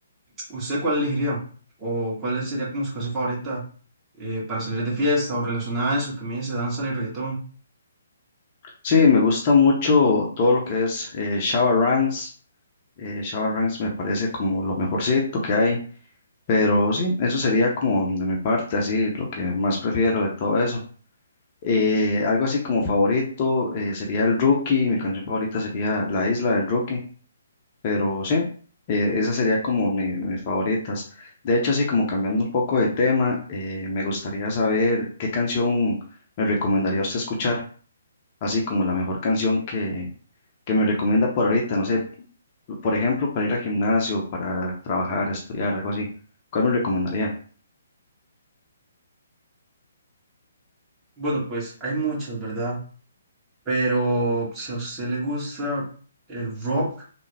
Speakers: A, on the right; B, on the left.
A: ¿Usted cuál elegiría? ¿O cuál sería como su canción favorita eh, para salir de fiesta o relacionada a eso que me dice danza y reggaetón?
B: Sí, me gusta mucho todo lo que es eh, Shabba Ranks. Eh, Shabba Ranks me parece como lo mejorcito que hay. Pero sí, eso sería como de mi parte, así lo que más prefiero de todo eso. Eh, algo así como favorito eh, sería el Rookie, mi canción favorita sería La Isla del Rookie, pero sí, eh, esa sería como mi- mis favoritas. De hecho, así como cambiando un poco de tema, eh, me gustaría saber qué canción me recomendaría usted escuchar, así como la mejor canción que, que me recomienda por ahorita, no sé, por ejemplo, para ir al gimnasio, para trabajar, estudiar, algo así. ¿Cuál me recomendaría?
A: Bueno, pues hay muchas, ¿verdad? Pero si a usted le gusta el rock,